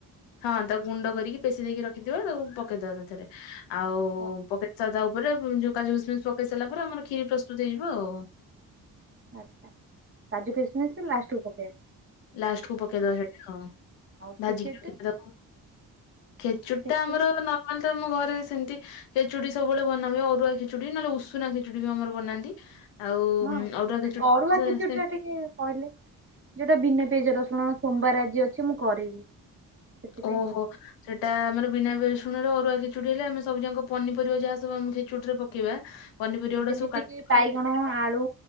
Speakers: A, on the left (about 80°); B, on the right (about 30°).
A: ହଁ ତାକୁ ଗୁଣ୍ଡ କରିକି ପେଶି ଦେଇକି ରଖିଥିବେ ତାକୁ ପକେଇଦବ ତାଥେରେ ଆଉ
B: ହଁ
A: ପକେଇ ତା ଯା ଉପରେ ଯୋଉ କାଜୁ କିସ୍‌ମିସ୍‌ ପକେଇ ସାରିଲା ପରେ ଆମର ଖିରି ପ୍ରସ୍ତୁତ ହେଇଯିବ ଆଉ।
B: ଆଚ୍ଛା କାଜୁ କିମ୍‌ମିସ୍‌ କୁ ଲାଷ୍ଟକୁ ପକେଇଆ।
A: ଲାଷ୍ଟକୁ ପକେଇଦବା ସେଇଟା ହଁ।
B: ଆଉ
A: ଭାଜିକି
B: ଖେଚେଡି
A: ରଖି
B: ଟା
A: ଥିବେ ତାକୁ ଖେଚୁଡ଼ି
B: ଖେଚେଡି
A: ଟା ଆମର ନର୍ମାଲ ତ ଆମ ଘରେ ସେମିତି। ଖେଚୁଡ଼ି ସବୁବେଳେ ବନା ହୁଏ, ଅରୁଆ ଖେଚୁଡି ନହେଲେ ଉଷୁନା ଖେଚୁଡି ବି ଆମର ବନାନ୍ତି। ଆଉ ଉଁ
B: ହଁ
A: ଅରୁଆ ଖେଚୁଡ଼ି
B: ଅରୁଆ
A: ଟା ସେୟା
B: ଖେଚୁଡି
A: ସେମ।
B: ଟିକେ କହିଲେ ଯୋଉଟା ବିନା ପିଆଜ ରସୁଣ ସୋମବାର ଆଜି ଅଛି ମୁଁ କରିବି। ସେଥିପାଇଁ
A: ଓହୋ।
B: କହିଲି
A: ସେଇଟା ଆମର ବିନା ରସୁଣ ରେ ଅରୁଆ ଖେଚୁଡି ହେଲେ ଆମେ ସବୁଯାକ ପନିପରିବା ଯାହା ସବୁ ଆମେ ଖେଚୁଡି ରେ ପକେଇବା। ପନିପରିବା ଗୁଡା
B: ଯେମିତି
A: ସବୁ କାଟିବା
B: କିି ବାଇଗଣ, ଆଳୁ